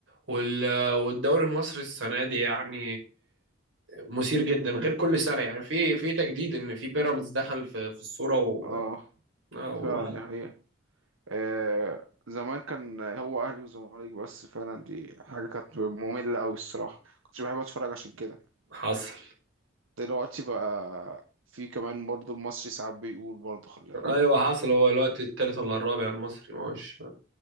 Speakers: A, on the right; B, on the right.
A: وال- والدوري المصري السنه دي يعني مثير جدا غير كل سنه يعني في في تجديد ان في بيراميدز دخل في في الصوره و...
B: اه
A: و-
B: فعلا دي حقيقة آه زمان كان هو أهلي وزمالك بس فعلا دي حاجة كانت مملة أوي الصراحة كنتش بحب أتفرج عشان كده
A: حصل
B: دلوقتي بقى في كمان برضو المصري ساعات بيقول برضو خلي بالك
A: ايوه حصل هو الوقت التالت ولا الرابع المصري ما هوش